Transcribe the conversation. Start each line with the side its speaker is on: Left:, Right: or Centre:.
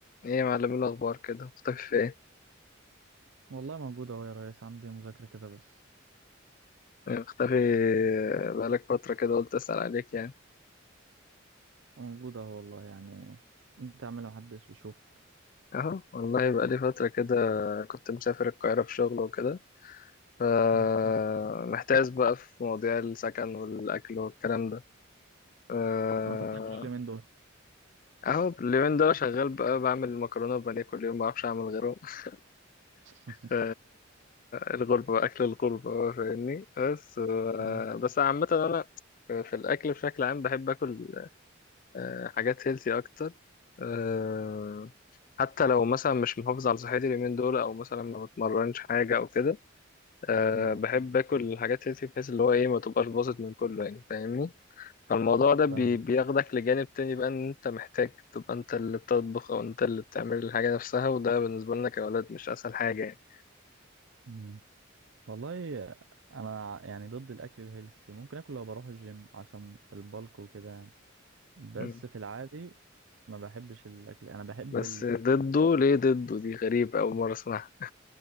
Left: ايه يا معلم إيه الاخبار كده مختفي في ايه
Right: والله موجود اهو يا ريس عندي مذاكرة كده بس
Left: مختفي بقالك فترة كده قلت اسأل عليك يعني
Right: موجود اهو والله يعني انت اعمل محدش بيشوفك
Left: اهو والله بقالي فترة كده كنت مسافر القاهرة في شغل وكده فمحتاس
Right: مم.
Left: بقى في مواضيع السكن والاكل والكلام ده آه،
Right: اه، انت بتاكل اللي من دول
Left: اهو اليومين دول شغال بقى بعمل مكرونة وبانيه كل يوم بعرفش اعمل غيرهم <laughs>
Right: <laughs>
Left: ف- الغربة بقى اكل الغربة بقى، فاهمني بس آه،
Right: ايوه
Left: بس عامة انا في الاكل بشكل عام بحب اكل آه، حاجات هيلثي اكتر آه، حتى لو مثلا مش محافظ على صحتي اليومين دول او مثلا ما بتمرنش حاجه او كده أه
Right: مم.
Left: بحب اكل الحاجات هيلثي بحيث اللي هو ايه ما تبقاش باظت من كله يعني فاهمني فالموضوع ده بي
Right: فاهمك
Left: بياخدك لجانب تاني بقى ان انت محتاج تبقى انت اللي بتطبخ او انت اللي بتعمل الحاجه نفسها وده بالنسبه لنا كاولاد مش اسهل حاجه يعني
Right: مم. والله انا يعني ضد الاكل الهيلثي ممكن اكل لو بروح الجيم عشان البلك وكده يعني بس
Left: مم.
Right: في العادي ما بحبش الاكل انا بحب
Left: بس ضده ليه ضده دي غريبة أول مرة أسمعها